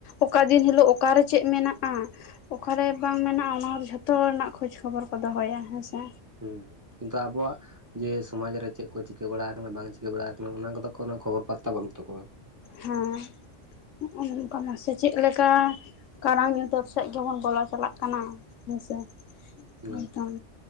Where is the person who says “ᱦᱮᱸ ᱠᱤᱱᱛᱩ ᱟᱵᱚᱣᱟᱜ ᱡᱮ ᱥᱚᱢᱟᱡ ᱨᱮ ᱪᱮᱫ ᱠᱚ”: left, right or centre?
Right